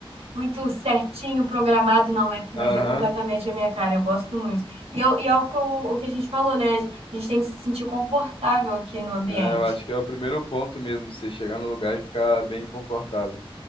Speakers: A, on the right (about 80°); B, on the left (about 65°).
A: muito certinho programado, não, é- mas
B: Aham.
A: é completamente a minha cara. Eu gosto muito. E, eu, e é o que, eu- o que a gente falou, né? A gente tem que se sentir confortável aqui no ambiente.
B: É, eu acho que é o primeiro ponto mesmo, você chegar no lugar e ficar bem confortável.